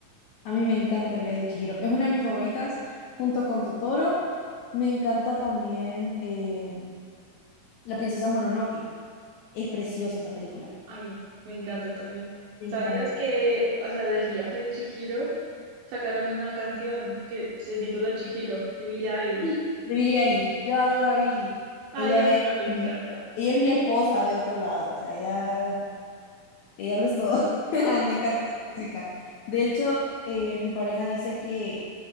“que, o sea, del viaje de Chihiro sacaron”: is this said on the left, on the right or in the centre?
Right